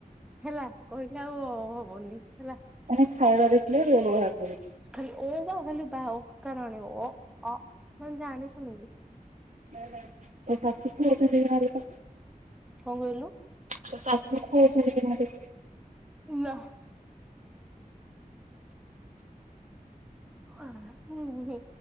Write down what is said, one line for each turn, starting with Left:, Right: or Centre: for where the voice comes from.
Centre: ହେଲା କହିଲେ ଆଉ ଅ ହବନି ହେଲା।
Right: ଏଠି ଖାଇବା ଦେଖିଲେ ରୋଲ ବାହାର କରିବ।
Centre: ଖାଲି ଓ ବା ଖାଲି ବା ଅକାର ଆଣିବ ଅ ଆ ମାନେ ଜାଣିଶୁଣିକି।
Right: ତୋ ଶାଶୁକି ଆଜି ଘରେ ତ
Centre: କଁ କହିଲୁ?
Right: ତୋ ଶାଶୁ ଖୋଉଚନ୍ତି କେମତି ଲୋ?
Centre: ନାଁ। ଉଁ ନୁହେଁ।